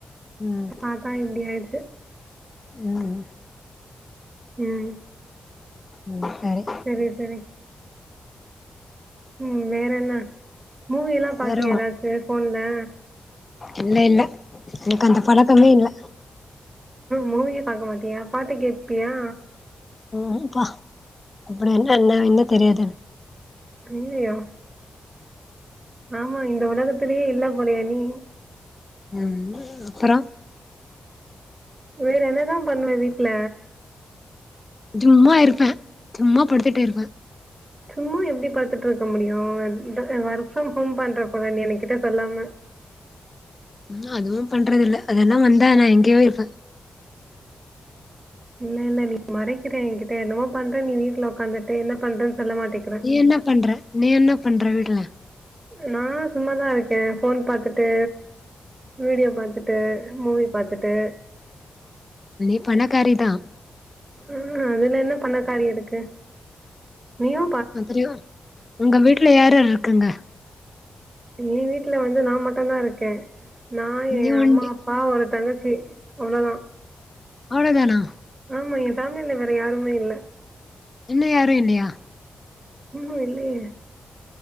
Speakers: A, on the left (about 25°); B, on the right (about 25°).
A: ம்
B: பாத்தா இப்டி ஆயிடுச்சு
A: ம்
B: ம்
A: ம் சரி
B: சரி சரி ம் வேற என்ன மூவில்லா பாத்தியா
A: வருவோ
B: ஏதாச்சு போன்ல
A: இல்ல இல்ல எனக்கு அந்த பழக்கமே இல்ல
B: மூவியே பாக்க மாட்டியா பாட்டு கேப்பியா
A: ம்ப்பா அப்படிய என்னனா என்ன தெரியாது
B: அய்யயோ ஆமா இந்த உலகத்தலயே இல்ல போலயா நீ
A: ம் அப்பற
B: வேற என்னதா பண்ணுவ வீட்ல
A: ஜும்மா இருப்ப சும்மா படுத்துட்டே இருப்ப
B: சும்மா எப்டி படுத்துட்டுருக்க முடியு ஒர்க் ஃப்ரம் ஹோம் பண்ற போல நீ என கிட்ட சொல்லாம
A: ம் அதுவு பண்றதுல்ல அதெல்லா வந்தா நா எங்கயோ இருப்ப
B: இல்ல இல்ல நீ மறைக்கிற எகிட்ட என்னமோ பண்ற நீ வீட்ல உக்காந்துட்டு என்ன பண்றன்னு சொல்ல மாட்டிக்கிற
A: நீ என்ன பண்ற நீ என்ன பண்ற வீட்ல
B: நா சும்மாதா இருக்க ஃபோன் பாத்துட்டு வீடியோ பாத்துட்டு மூவி பாத்துட்டு
A: நீ பணக்காரிதா
B: ம் அதுல என்ன பண்ணகாரி இருக்கு நீயு
A: அப்றியோ உங்க வீட்ல யார் யார் இருக்காங்க
B: எ வீட்ல வந்து நா மட்டு தா இருக்கே நா எ
A: நீ ஒண்டி
B: அம்மா அப்பா ஒரு தங்கச்சி அவ்ளோ தா
A: அவ்ளதானா
B: ஆமா எ ஃபேமிலி ல வேற யாருமே இல்ல
A: அண்ண யாரு இல்லையா
B: ம்ஹும் இல்லையே